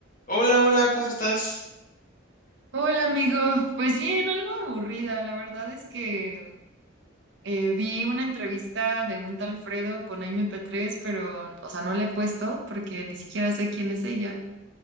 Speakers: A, on the left; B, on the right.
A: Hola, hola, ¿cómo estás?
B: Hola amigo, pues bien, algo aburrida. La verdad es que eh, vi una entrevista de un tal Fredo con Aime P3, pero, o sea, no la he puesto porque ni siquiera sé quién es ella.